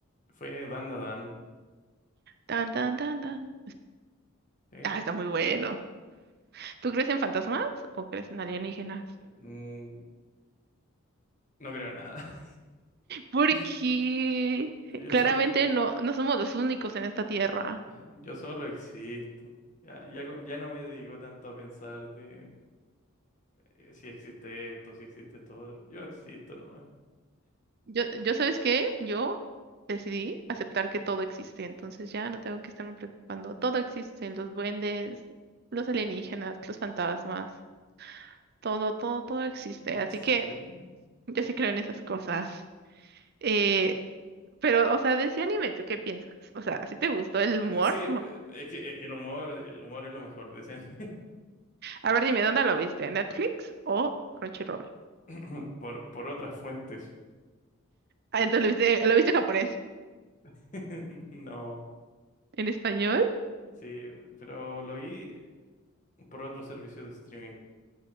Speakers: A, on the left; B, on the right.
A: fue Dan Da Dan.
B: Tan, tan, tan, tan.
A: ¿eh?
B: Ah, está muy bueno. ¿Tú crees en fantasmas o crees en alienígenas?
A: Mm, no creo en nada.
B: Porque
A: <laughs> Yo
B: claramente
A: solo,
B: no, no somos los únicos en esta tierra.
A: yo solo existo. Ya, ya, co- ya no me dedico tanto a pensar de eh, si existe esto, si existe esto otro. Yo existo nomás.
B: Yo, yo, ¿sabes qué? Yo decidí aceptar que todo existe, entonces ya no tengo que estarme preocupando. Todo existe, los duendes, los alienígenas, los fantasmas, todo, todo, todo existe.
A: Mm,
B: Así
A: Sí.
B: que yo sí creo en esas cosas. Eh, pero, o sea, de ese anime, ¿tú qué piensas? O sea, ¿sí te
A: Mm,
B: gustó el humor?
A: Sí,
B: <laughs>
A: eh, es que, es que el humor, el humor es lo mejor, decían. <coughs>
B: A ver, dime, ¿dónde lo viste? ¿En ¿Netflix o Crunchyroll?
A: <clears throat> Por, por otras fuentes.
B: Ah, entonces lo viste, lo viste en japonés.
A: <laughs> No,
B: ¿En español?
A: sí, pero lo vi por otros servicios de streaming.